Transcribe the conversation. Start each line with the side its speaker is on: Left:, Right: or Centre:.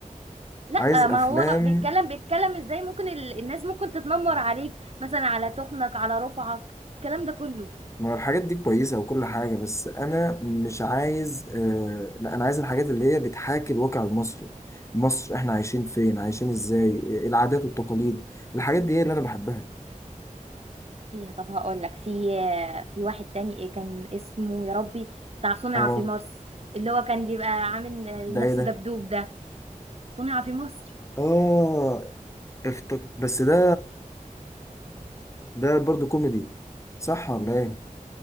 Right: لا
Left: عايز أفلام
Right: ما هو بيتكلم بيتكلم ازاي ممكن ال... الناس ممكن تتنمر عليك مثلا على تخنك على رفعك الكلام ده كله
Left: ما هو الحاجات دي كويسة وكل حاجة بس أنا مش عايز آه لا أنا عايز الحاجات اللي هي بتحاكي الواقع المصري مصر إحنا عايشين فين عايشين إزاي العادات والتقاليد الحاجات دي هي اللي أنا بحبها
Right: فيها طب هقول لك في في واحد تاني إيه كان اسمه يا ربي بتاع صنع
Left: آه
Right: في مصر اللي هو كان بيبقى عامل
Left: ده
Right: نفسه
Left: إيه ده
Right: دبدوب ده صنع في مصر
Left: آه افتك... بس ده ده برضو كوميدي صح ولا إيه؟